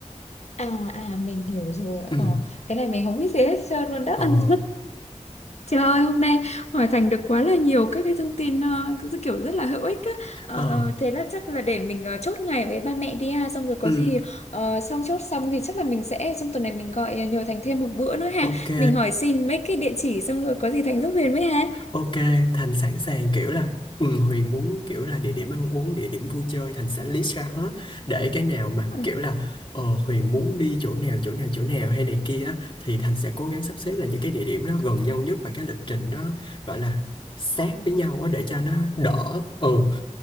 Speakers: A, on the left; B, on the left.
A: À à mình hiểu rồi.
B: ừ.
A: Ờ, cái này mình không biết gì hết trơn luôn đó.
B: ờ
A: <laughs> Trời ơi, hôm nay hỏi Thành được quá là nhiều các cái thông tin ờ, cứ kiểu rất là hữu ích á. Ờ,
B: Ờ,
A: thế là chắc là để mình ờ, chốt ngày với ba mẹ đi ha, xong rồi có
B: Ừ,
A: gì ờ, xong chốt xong thì chắc là mình sẽ trong tuần này mình gọi ờ, nhờ Thành thêm một bữa nữa ha.
B: ok,
A: Mình hỏi xin mấy cái địa chỉ xong rồi có gì Thành giúp Huyền với ha.
B: ok, Thành sẵn sàng kiểu là ừ, Huyền muốn kiểu là địa điểm ăn uống, địa điểm vui chơi Thành sẽ list ra hết để cái nào mà
A: <laughs>
B: kiểu là ờ, Huyền muốn đi chỗ nào, chỗ nào, chỗ nào hay này kia á, thì Thành sẽ cố gắng sắp xếp là những cái địa điểm nó gần nhau nhất và cái lịch trình nó gọi là sát với nhau á, để cho nó đỡ ừ,